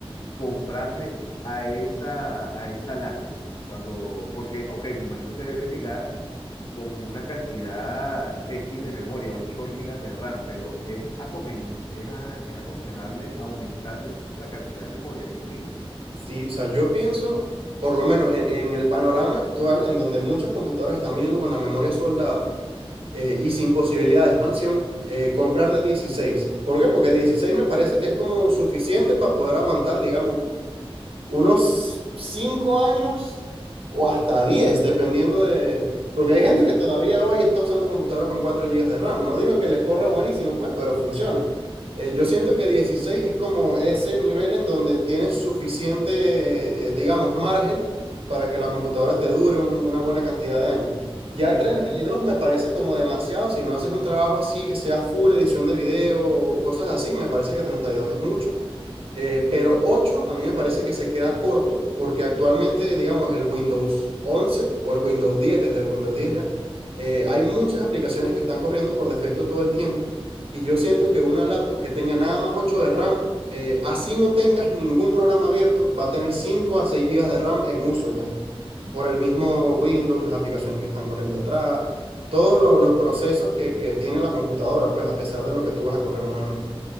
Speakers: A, on the left (about 45°); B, on the right (about 70°).
A: comprarle a esa, a esa lacto. Cuando, porque, ok, me imagino que debe llegar con una cantidad X de memoria, 8 gigas de RAM, pero es, acomen- es, a- es aconsejable aumentarle la cantidad de memoria disponible. <laughs>
B: Sí, o sea, yo pienso, por lo menos en, en el panorama actual, en donde muchas computadoras están viniendo con la memoria soldada, eh, y sin posibilidad de expansión, eh, comprar de dieciséis ¿Por qué? Porque 16 me parece que es como suficiente para poder aguantar, digamos, unos 5 años o hasta 10 dependiendo de... Porque
A: Sí,
B: hay gente
A: ¿verdad?
B: que todavía hoy está usando computadoras con 4 gigas de RAM. No digo que les corra buenísimo, pues, pero funciona. Eh, yo siento que 16 es como ese nivel en donde tienes suficiente, eh, digamos, margen para que la computadora te dure un- una buena cantidad de años. Ya
A: Y
B: treinta
A: realmente...
B: y dos me parece como demasiado. Si no haces un trabajo así que sea full edición de video o cosas así, me parece que 32 es mucho. Eh, pero 8 a mí me parece que se queda corto porque actualmente, digamos, el Windows once o el Windows diez desde el Windows diez ya, eh, hay muchas aplicaciones que están corriendo por defecto todo el tiempo y yo siento que una laptop que tenga nada más ocho de RAM, eh, así no tengas ningún programa abierto, va a tener cinco a seis gigas de RAM en uso ya, por el mismo Windows, las aplicaciones que están corriendo atrás, todos lo- los procesos que, que tiene la computadora, pues a pesar de lo que tú vas a correr manualmente.